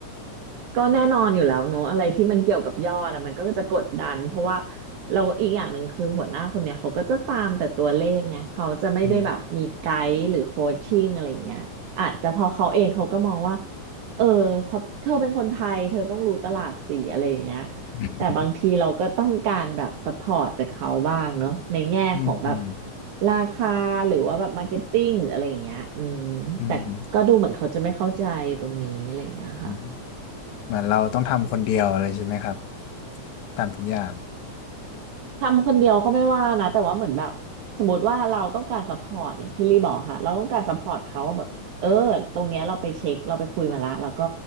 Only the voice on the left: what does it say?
อืม
อ
ืมอืม
อืมอืมเหมือนเราต้องทำคนเดียวอะไรใช่ไหมครับทำทุกอย่าง